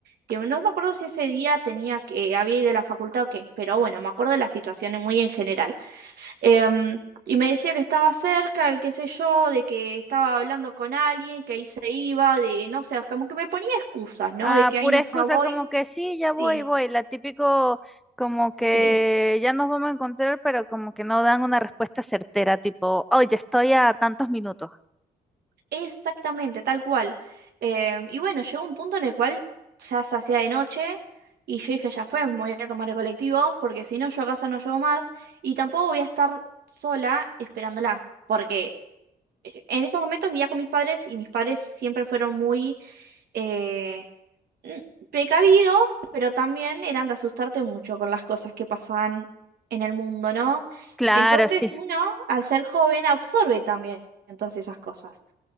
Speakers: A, on the right; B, in the centre.
A: Que no me acuerdo si ese día tenía que, había ido a la facultad o qué, pero bueno, me acuerdo de las situaciones muy en general. Em, y me decía que estaba cerca, y qué sé yo, de que estaba hablando con alguien, que ahí se iba, de no sé, como que me ponía excusas, ¿no?
B: Ah,
A: De que
B: pura
A: ahí no
B: excusa
A: ya voy.
B: como que sí, ya voy,
A: Sí,
B: voy. La típico como que
A: sí.
B: ya nos vamos a encontrar, pero como que no dan una respuesta certera, tipo, oh, ya estoy a tantos minutos.
A: Exactamente, tal cual. Em, y bueno, llegó un punto en el cual ya se hacía de noche y yo dije, ya fue, me voy a tomar el colectivo porque si no yo a casa no llego más y tampoco voy a estar sola esperándola porque eh, en esos momentos vivía con mis padres y mis padres siempre fueron muy eh, n- precavidos, pero también eran de asustarte mucho con las cosas que pasaban en el mundo, ¿no?
B: Claro,
A: Entonces
B: sí.
A: uno, al ser joven, absorbe también todas esas cosas.